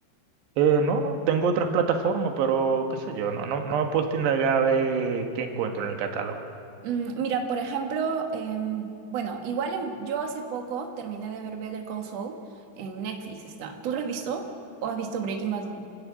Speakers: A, on the right; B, on the right.
A: Eh, no, no, tengo otras plataformas, pero qué sé yo, no, no, no me he puesto a indagar a ver qué encuentro en el catálogo.
B: Mm, mira, por ejemplo, em, bueno, igual en- yo hace poco terminé de ver Better Call Saul en Netflix está. ¿Tú lo has visto o has visto Breaking Bad?